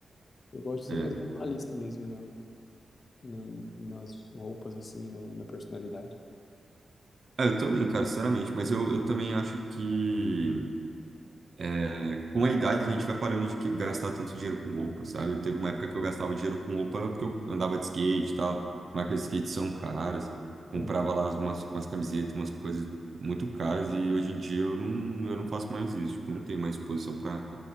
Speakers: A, on the left; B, on the right.
A: Eu gosto de
B: É,
A: ser
B: é.
A: mais minimalista mesmo na, na- nas roupas, assim, no- na personalidade.
B: Ah, eu também, cara, sinceramente, mas eu, eu também acho que É, com a idade, a gente vai parando de que- gastar tanto dinheiro com roupa, sabe? Teve uma época que eu gastava dinheiro com roupa porque eu andava de skate e tal. Marcas de skate são caras. Comprava
A: Sim,
B: lá umas, umas camisetas, umas coisas muito caras. E hoje em dia eu não, eu não faço mais isso. Tipo, não tenho mais disposição para